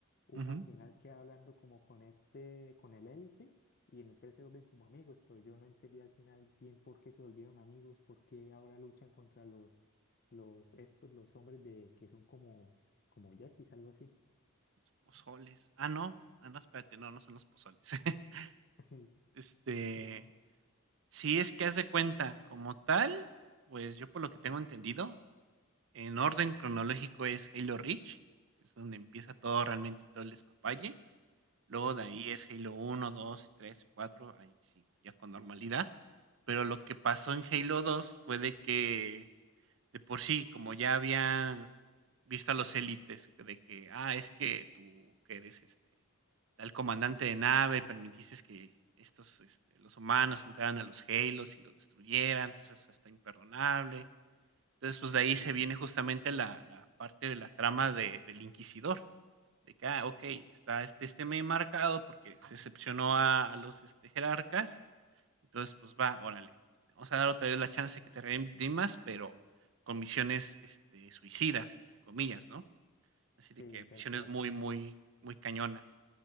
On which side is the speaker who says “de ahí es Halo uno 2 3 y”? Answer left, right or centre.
Right